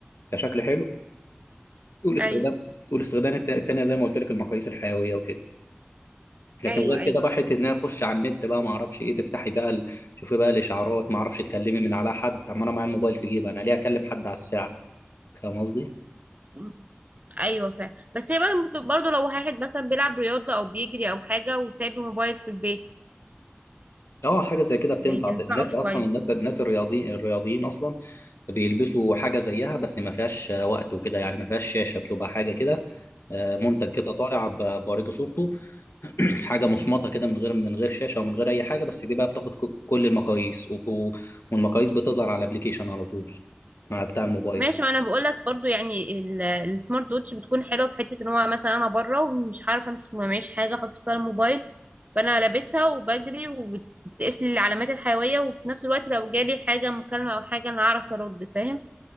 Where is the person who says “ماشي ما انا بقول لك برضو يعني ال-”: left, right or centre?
Right